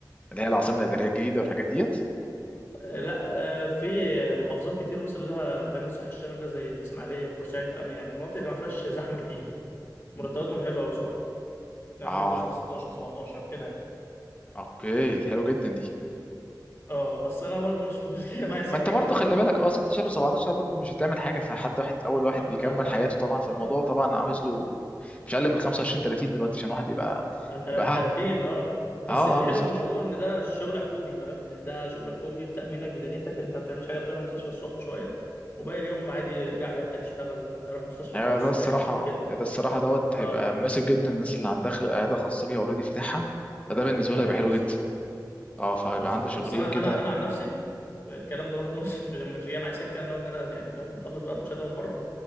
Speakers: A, on the left; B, on the left.
A: اللي هي العاصمة الإدارية الجديدة والحاجات ديت
B: آه، لا آه، في محافظات كتير وصل لها التأمين الصحي الشامل ده زي الإسماعيلية وبورسعيد الأم- يعني المناطق اللي ما فيهاش زحمة كتير مرتباتهم حلوة أوي صراحة يعني
A: اه
B: ممكن توصل 16 17 كده
A: اوكي حلو جدا دي
B: اه بس أنا برضه مش <laughs> مش جاي معايا سكة
A: ما انت برضه
B: الكلام
A: خلي
B: ده أنا
A: بالك
B: ممكن
A: اه 16 و17 برضه مش هتعمل حاجة فحد واحد اول واحد
B: يا عم
A: بيكمل
B: لا
A: حياته طبعا
B: اه
A: فالموضوع طبعا عاوز له مش اقل من 25 30 دلوقتي عشان واحد يبقى
B: تلات-
A: يبقى ها
B: 30 اه بس
A: اه
B: الحلو
A: اه بالظبط
B: في الموضوع ان ده شغل حكومي فاهم يعني ده شغل حكومي بتأمينك بدنيتك انت ما بتعملش حاجه بتروح المستشفى الصبح شويه وباقي اليوم عادي ارجع عيادتك اشتغل روح مستشفى
A: يعني
B: خاص
A: ده الصراحة
B: عادي كده يعني
A: ده الصراحة دوت هيبقى
B: اه
A: مناسب جدا للناس اللي عندها خ- عيادة خاصة بيها اوريدي فاتحها فده بالنسبة له
B: ايوه
A: هيبقى حلو
B: بالظبط
A: جدا اه فهيبقى
B: بالظبط
A: عنده شغلين
B: بس انا
A: كده
B: انا انا عن نفسي الكلام ده برضه <laughs> مش مش جاي معايا سكه ان انا يعني فاهم اخلص بقى اخد شهاده من بره